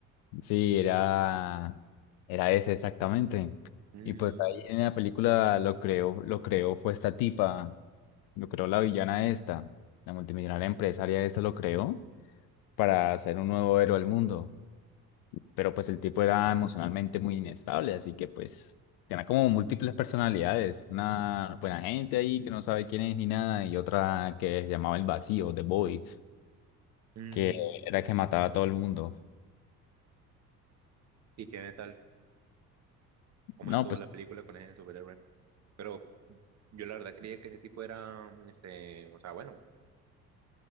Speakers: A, on the left (about 50°); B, on the right (about 35°).
A: Sí, era, era ese exactamente.
B: Mm,
A: Y pues ahí en la película lo creó, lo creó, fue esta tipa, lo creó la villana esta, la multimillonaria empresaria esta lo creó para hacer un nuevo héroe al mundo. Pero pues el tipo era emocionalmente muy inestable, así que pues tenía como múltiples personalidades. Una buena gente ahí que no sabe quién es ni nada, y otra que se llamaba el vacío, The Void.
B: mm.
A: que era que mataba a todo el mundo.
B: ¿Y qué tal? ¿Cómo
A: No,
B: estuvo
A: pues,
B: la película con ese superhéroe? Pero yo la verdad creía que ese tipo era, este, o sea, bueno.